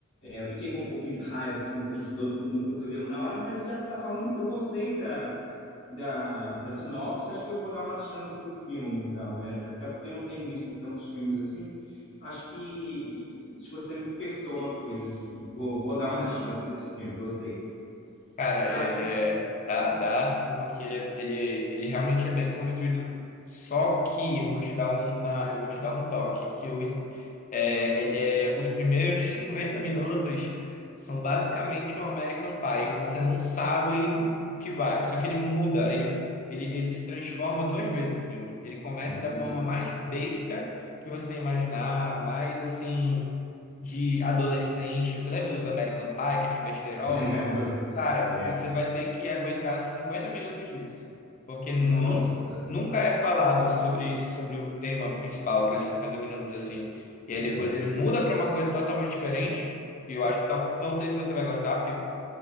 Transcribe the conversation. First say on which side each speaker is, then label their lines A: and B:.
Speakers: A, on the left; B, on the left.
A: eu fiquei com um pouquinho de raiva, assim, um pouquinho de dor no cotovelo na hora, mas já que você está falando, eu gostei da, da, da sinopse, acho que eu vou dar uma chance para o filme, então. É, até porque eu não tenho visto tantos filmes assim. Acho que se você me despertou uma coisa, assim, vou, vou dar uma <laughs> chance para esse filme, gostei.
B: Cara,
A: Cara,
B: é,
A: não
B: é- dá, dá sim, porque ele, é- ele, é, ele realmente é bem construído. Só que eu vou te dar uma, eu vou te dar um toque, que eu, é, ele é, os primeiros 50 minutos são basicamente um American Pie. Você não sabe o, o que vai, só que ele muda, ele, ele, ele se transforma duas vezes o filme. Ele começa
A: entendi.
B: da forma mais besta que você imaginar, mais assim, de adolescente. Você lembra dos American Pie, aqueles besterol?
A: Lembro,
B: Cara,
A: lembro.
B: você vai ter que aguentar 50 minutos disso, porque nu-
A: Nossa,
B: nunca é falado sobre, sobre o tema principal para esses 50 minutos assim. E aí depois
A: entendi.
B: ele muda para uma coisa totalmente diferente. E eu acho que tal- não sei se você vai gostar, porque